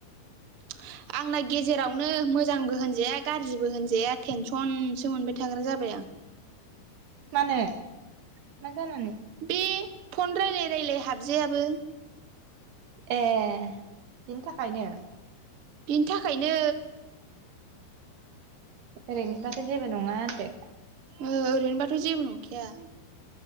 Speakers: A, on the right; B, on the right.
A: <inaudible> आंलाय गेजेरावनो मोजांबो होनजाया गारज्रिबो होनजाया टेनसनसो मोनबाय थाग्रा जाबाय आं
B: मानो मा जानानै?
A: बे फन रायलाय रायलाय हाबजायाबो
B: ए बिनि थाखायनो
A: बिनि थाखायनो
B: ओरैनोबाथ जेबो नङा होनदो
A: ओ ओरैनोबाथ जेबो नंखाया